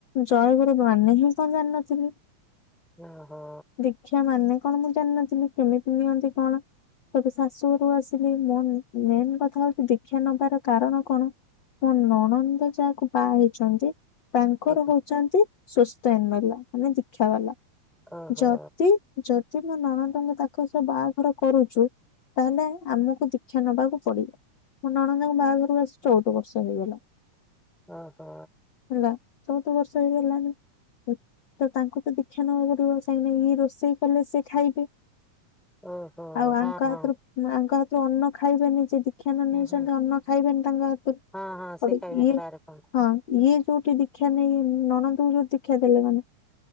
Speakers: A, on the left (about 50°); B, in the centre.
A: ଜୟଗୁରୁ ମାନେ ହିଁ କ ଜାଣିିନଥିଲି।
B: ଓ ହୋ।
A: ଦିକ୍ଷା ମାନେ କଣ ମୁଁ ଜାଣିନଥିଲି କେମିତି ନିଅନ୍ତି କଣ? ତତେ ଶାଶୁରୁ ଆସିଲି ମୋ ମେନ୍ କଥା ହଉଛି ଦି ଦିକ୍ଷା ନବାର କାରଣ କଣ ମୋ ନଣନ୍ଦ ଯାହାକୁ ବାହା ହେଇଛନ୍ତି ତାଙ୍କର
B: ଆଜ୍ଞା
A: ହଉଛନ୍ତି ସ୍ଵସ୍ତୟନୀ ବାଲା ମାନେ ଦୀକ୍ଷା ବାଲା
B: ଓହୋ।
A: ଯଦି ଯଦି ମୋ ନଣନ୍ଦଙ୍କ ତାଙ୍କ ସହ ବାହାଘର କରୁଛୁ ତାହେଲେ ଆମକୁ ଦୀ୍କ୍ଷା ନବାକୁ ପଡିବ। ମଁ ନଣନ୍ଦଙ୍କ ବାହାଘରକୁ ଆସି ଚଉଦ ବର୍ଷ ହେଇଗଲା।
B: ଓହୋ।
A: ହେଲା ଚଉଦ ବର୍ଷ ହେଇ ଗଲାଣି। ତ ତାଙ୍କୁ ତ ଦୀକ୍ଷା ନବାକୁ ପଡିବ କାଇ ନା ଇଏ ରୋଷେଇ କଲେ ସିଏ ଖାଇବେ।
B: ଓହୋ
A: ଆଉ
B: ହଁ
A: ଆଙ୍କ
B: ହଁ
A: ହାତରୁ ଆଙ୍କ ହାତରୁ ଅନ୍ନ ଖାଇବେନି ଯେ ଦି ଦିକ୍ଷା ନ ନେଇଛନ୍ତି
B: ହୁଁ ହୁଁ।
A: ଅନ୍ନ ଖାଇବେନି ତାଙ୍କ ହାତରୁ
B: ହଁ ହଁ ସେ
A: ହେଟୁ
B: ଖାଇବେନି
A: ଇଏ
B: ବାହାରେ କଣ
A: ହଁ ଇଏ ଯୋଉଠି ଦୀକ୍ଷଷା ନେଇ ନଣନ୍ଦକୁ ଯୋଉ ଦୀକ୍ଷା ଦେଲେ ମାନେ